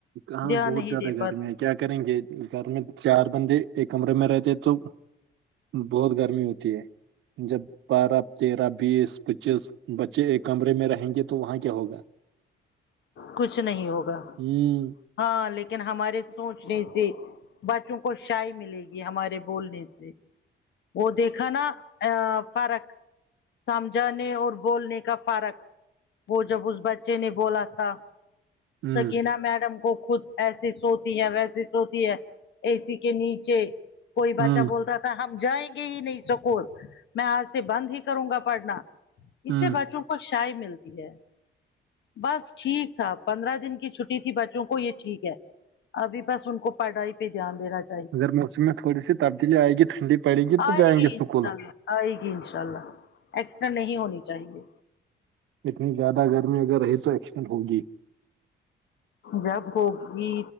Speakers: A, on the right (about 75°); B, on the left (about 65°).
A: ہاں
B: دھیان
A: بہت
B: نہیں
A: زیادہ
B: دے پاتے
A: گرمیں کیا کریں گے گھر میں چار بندے ایک کمرے میں رہتے تو بہت گرمی ہوتی ہے جب بارہ تیرہ بیس پچیس بچے ایک کمرے میں رہیں گے تو وہاں کیا ہوگا
B: کچھ نہیں ہوگا
A: جی
B: ہاں لیکن ہمارے سوچنے سے بچوں کو شی ملے گی ہمارے بولنے سے وہ دیکھا نا فرق سمجھانے اور بولنے کا فارق وہ جب اس بچے نے بولا تھا
A: ہوں
B: سکین میڈم کو خود ایسی سوتی ہے ویسی سوتی ہے اے سی کے نیچے کوئی بچہ
A: ہوں
B: بولتا ہم جائیں گے ہی نہیں سکول میں آج سے بند ہی کروں گا پڑھنا اس
A: ہوں
B: سے بچوں کو شائی ملتی ہے بس ٹھیک تھا پندرہ دن کی چھٹی تھی بچوں کو یہ ٹھیک ہے ابھی بس ان کو پڑھائی پہ دھیان رہا ہے
A: اگر موسم میں تھوڑی سی تبدیلی آئے گی ٹھنڈی پڑے گی تو
B: آئے
A: جائیں
B: گی
A: گے
B: انشاء
A: سکول
B: اللہ آئے گی ان شاء اللہ ایکسیڈنٹ نہیں ہونی چاہیے
A: اتنی زیادہ گرمی اگر رہے تو ایکسیڈنٹ ہوگی
B: جب ہوگی